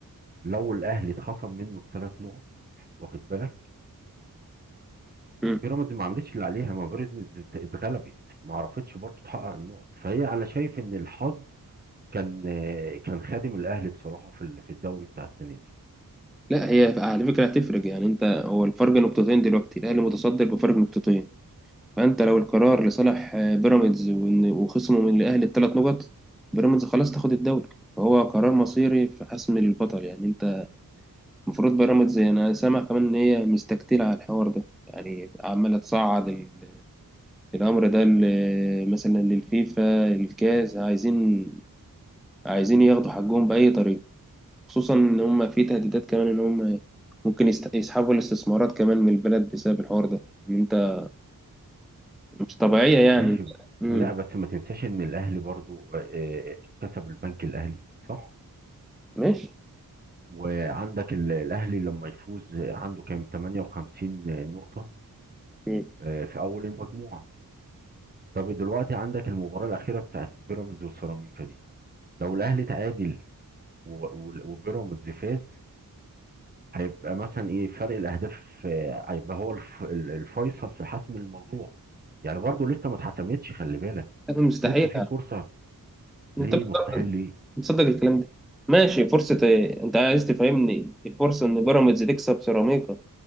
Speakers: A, on the right; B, in the centre.
A: لو الاهلي اتخصم منه الثلاث نقط واخد بالك
B: مم.
A: بيراميدز ما عملتش اللي عليها ما بيراميدز ات- اتغلبت ما عرفتش برضو تحقق النقط فهي انا شايف ان الحظ كان آه، كان خادم الاهلي بصراحه في ال- في الدوري بتاع السنه دي
B: لا هي على فكره هتفرق يعني انت هو الفرق نقطتين دلوقتي الاهلي متصدر بفرق نقطتين فأنت لو القرار لصالح آه، بيراميدز وإن- وخصمه من الأهلي الثلاث نقط بيراميدز خلاص تاخد الدوري فهو قرار مصيري في حسم للبطل يعني أنت المفروض بيراميدز أنا سامع كمان إن هي مستكتلة على الحوار ده يعني عمالة تصعد ال- الأمر ده ل- مثلا للفيفا الكاس عايزين عايزين ياخدوا حقهم بأي طريقة خصوصا إن هم في تهديدات كمان إن هم ممكن يست- يسحبوا الاستثمارات كمان من البلد بسبب الحوار ده إن أنت مش طبيعية يعني
A: ماشي بس.
B: مم.
A: لا بس ما تنساش ان الاهلي برضو آه، آه، كسب البنك الاهلي صح
B: ماشي
A: وعندك ال- الاهلي لما يفوز آه، عنده كام 58 نقطه
B: مم.
A: آه، في اول المجموعه طب دلوقتي عندك المباراه الاخيره بتاعت بيراميدز وسيراميكا دي لو الاهلي تعادل و- و- وبيراميدز فاز هيبقى مثلا ايه فرق الاهداف آه، هيبقى هو الف- ال- الفيصل في حسم الموضوع يعني برضو لسه ما اتحسمتش خلي بالك
B: مستحيل
A: لسه في فرصة ليه
B: انت بتقدر
A: مستحيل ليه
B: تصدق الكلام ده ماشي فرصة ايه انت عايز تفهمني الفرصة ان بيراميدز تكسب سيراميكا